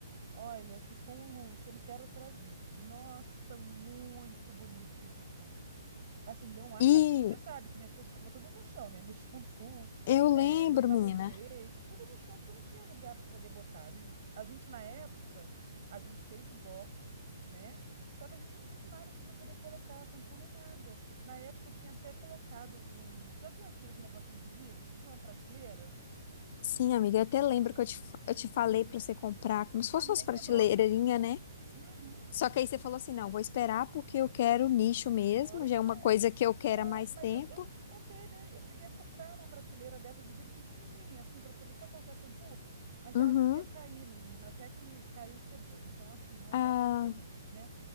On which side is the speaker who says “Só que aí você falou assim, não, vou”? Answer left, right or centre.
Left